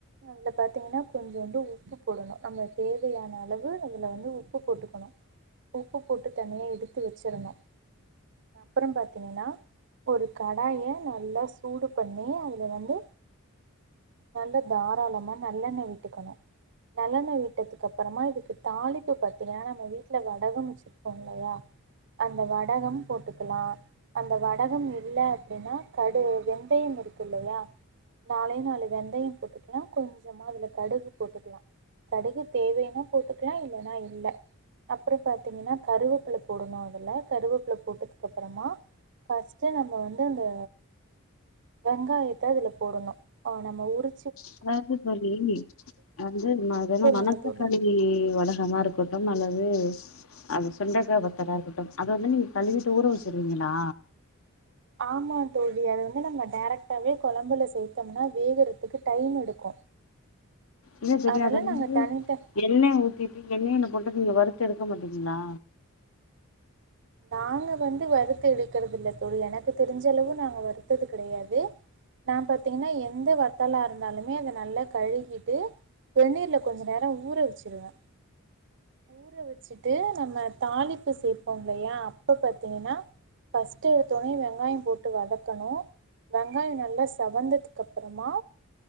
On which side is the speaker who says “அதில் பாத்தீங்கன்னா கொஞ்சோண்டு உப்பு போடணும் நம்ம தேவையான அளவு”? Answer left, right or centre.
Right